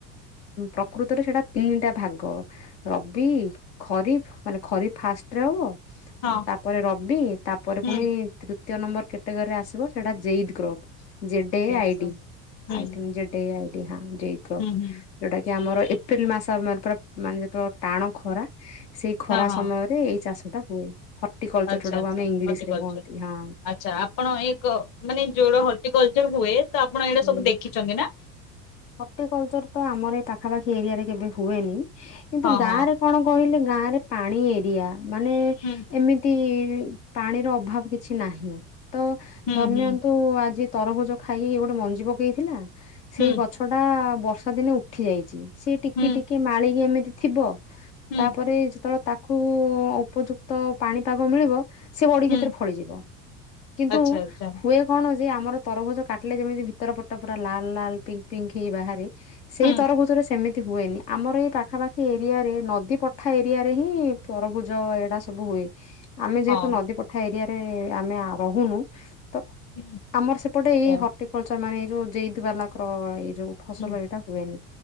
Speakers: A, on the left; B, on the left.
A: ପ୍ରକୃତରେ ସେଟା ତିନିଟା ଭାଗ। ରବି ଖରିଫ ମାନେ ଖରିଫ୍ ଫାଷ୍ଟରେ ହବ
B: ହଁ
A: ତାପରେ ରବି ତାପରେ
B: ହୁଁ
A: ପୁଣି ତୃତୀୟ ନମ୍ବର କ୍ୟାଟୋଗୋରୀ ରେ ଆସିବ ସେଟା ଜେଇଦ କ୍ରୋପ ଜେଡେ
B: ହୁଁ
A: ଆଇଡି
B: ହୁଁ
A: ଆଇଥିଙ୍କ ଯେଡେ ଆଇଡି ହଁ ଯେଦ। କ
B: ହୁଁ
A: ଯୋଉଟା କି ଆମର ଏପ୍ରିଲ ମାସ ମା ପୁରା ମାନେ ତ ଟାଣ ଖରା ସେଇ ଖରା
B: ହଁ ହଁ
A: ସମୟରେ ଏଇ ଚାଷ ଟା ହୁଏ। ହର୍ଟିକଲଚର
B: ଆଚ୍ଛା
A: ଯୋଟାକୁ
B: ଆଚ୍ଛା
A: ଆମେ ଇଂଲିଶ
B: ହର୍ଟିକଲଚର
A: ରେ କୁହନ୍ତି ହଁ।
B: ଆଚ୍ଛା ଆପଣ ଏକ ମାନେ ଯୋଉଟା ହର୍ଟିକଲଚର ହୁଏ ତ ଆପଣ ଏଇଟା
A: ହୁଁ
B: ସବୁ ଦେଖିଛନ୍ତି ନା।
A: ହର୍ଟିକଲଚର ତ ଆମର ଏଇ ପାଖାପାଖି ଏରିଆରେ କେବେ ହୁଏନି କିନ୍ତୁ
B: ହଁ
A: ଗାଁରେ
B: ହଁ
A: କଣ କହିଲେ ଗାଁରେ ପାଣି ଏରିଆ ମାନେ
B: ହୁଁ
A: ଏମିତି ପାଣିର ଅଭାବ କିଛି ନାହିଁ ତ
B: ହୁଁ
A: ଧର୍
B: ହୁଁ
A: ନିିଅନ୍ତୁ ଆଜି ତରଭୁଜ ଖାଇକି ଗୋଟେ ମଞ୍ଜି ପକେଇଥିଲା, ସେଇ
B: ହୁଁ
A: ଗଛ ଟା ବର୍ଷା ଦିନେ ଉଠି ଯାଇଛି। ସି ଟିକେ
B: ହୁଁ
A: ଟିକେ ମାଳିକି ଏମିତି ଥିବ।
B: ହୁଁ
A: ତାପରେ ଯେତେବେଳେ ତା କୁ ଉପଯୁକ୍ତ ପାଣିପାଗ ମିଳିବ ସେ ବଡି
B: ହୁଁ
A: କ୍ଷେତରେ ଫଳିଯିବ। କିନ୍ତୁ
B: ଆଚ୍ଛା ଆଚ୍ଛା
A: ହୁଏ କଣ ଯେ ଆମର ତରଭୋଜ କାଟିଲେ ଯେମିତି ଭିତର ପଟା ପୁରା ଲାଲ ଲାଲ ପିଙ୍କ ପିଙ୍କ୍ ହେଇ ବାହାରେ ସେଇ
B: ହୁଁ
A: ତରଭୁଜ ରେ ସେମି ତି ହୁଏନି ଆମର ଏଇ ପାଖାପାଖି ଏରିଆରେ ନଦୀ ପଠା ଏରିଆରେ ହିଁ ତରଭୁଜ ଏଇଡ଼ା ସବୁ ହୁଏ। ଆମେ
B: ହଁ
A: ଯେହେତୁ ନଦୀ ପଠା ଏରିଆରେ ଆମେ ଆ ରହୁନୁ ତ
B: ହୁଁ
A: ଆମର ସେପଟେ ଏଇ
B: ହଁ,
A: ହର୍ଟିକଲଚର ମାନେ ଏଇ ଯୋଉ ଜେଇଦ ବାଲାକ୍ର ଏଇ ଯୋଉ ଫସଲ
B: ହୁଁ
A: ଏଇଟା ହୁଏନି